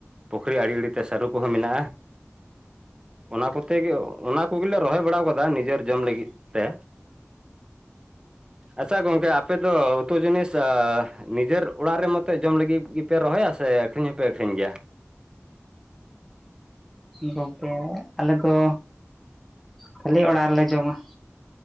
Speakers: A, on the right; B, in the centre.
A: ᱯᱩᱠᱷᱨᱤ ᱟᱲᱮ ᱟᱲᱮ ᱛᱮ ᱥᱟᱹᱨᱩ ᱠᱚᱦᱚᱸ ᱢᱮᱱᱟᱜᱼᱟ ᱚᱱᱟ ᱠᱚᱛᱮ ᱜᱮ ᱚᱱᱟ ᱠᱚᱜᱮᱞᱮ ᱨᱚᱦᱚᱭ ᱵᱟᱲᱟᱣ ᱟᱠᱟᱫᱟ ᱱᱤᱡᱮᱨ ᱡᱚᱢ ᱞᱟᱹᱜᱤᱫ ᱛᱮ ᱟᱪᱪᱷᱟ ᱜᱚᱝᱠᱮ ᱟᱯᱮ ᱫᱚ ᱩᱛᱩ ᱡᱤᱱᱤᱥ ᱟ ᱱᱤᱡᱮᱨ ᱚᱲᱟᱜ ᱨᱮ ᱢᱚᱛᱚ ᱡᱚᱢ ᱞᱟᱹᱜᱤᱫ ᱜᱮᱯᱮ ᱨᱚᱦᱚᱭᱟ ᱥᱮ ᱟᱠᱷᱨᱤᱧ ᱦᱚᱸᱯᱮ ᱟᱠᱷᱨᱤᱧ ᱜᱮᱭᱟ?
B: ᱜᱚᱝᱠᱮ ᱟᱞᱮ ᱫᱚ ᱠᱷᱟᱹᱞᱤ ᱚᱲᱟᱜ ᱨᱮᱞᱮ ᱡᱚᱢᱟ